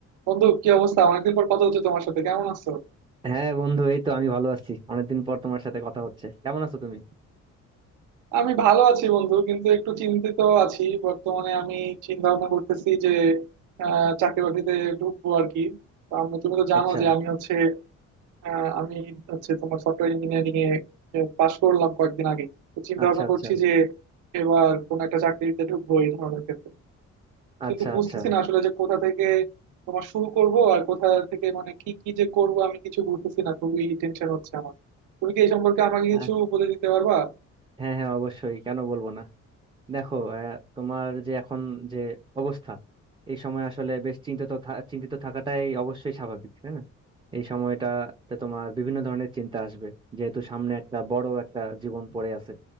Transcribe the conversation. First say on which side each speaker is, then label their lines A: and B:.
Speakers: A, on the right (about 85°); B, on the right (about 15°).
A: বন্ধু কি অবস্থা অনেকদিন পর কথা হচ্ছে তোমার সাথে কেমন আছো
B: হ্যাঁ বন্ধু এই তো আমি ভালো আছি অনেকদিন পর তোমার সাথে কথা হচ্ছে কেমন আছো তুমি
A: আমি ভালো আছি বন্ধু কিন্তু একটু চিন্তিত আছি বর্তমানে আমি চিন্তা ভাবনা করতেছি যে আহ, চাকরি বাকরিতে ঢুকবো আর কি তো আমি- তুমি তো জানো
B: আচ্ছা
A: যে আমি হচ্ছে আহ, আমি হচ্ছে তোমার সফটওয়্যার ইঞ্জিনিয়ারিং এ পাশ করলাম কয়েকদিন আগে তো চিন্তা
B: আচ্ছা
A: ভাবনা
B: আচ্ছা
A: করছি যে এবার কোন একটা চাকরিতে ঢুকবো এই ধরনের ক্ষেত্রে
B: আচ্ছা
A: কিন্তু বুঝতেছি
B: আচ্ছা
A: না আসলে যে কোথা থেকে তোমার শুরু করব আর কোথা থেকে মানে কি কি যে করব আমি কিছু বুঝতেছি না খুবই টেনশন হচ্ছে আমার তুমি কি এই সম্পর্কে আমাকে
B: আহ,
A: কিছু বলে দিতে পারবা
B: হ্যাঁ হ্যাঁ অবশ্যই কেন বলবো না দেখো আহ, তোমার যে এখন যে অবস্থা এই সময় আসলে বেশ চিন্তিত থা- চিন্তিত থাকাটাই অবশ্যই স্বাভাবিক তাই না এই সময়টাতে তোমার বিভিন্ন ধরনের চিন্তা আসবে যেহেতু সামনে একটা বড় একটা জীবন পড়ে আছে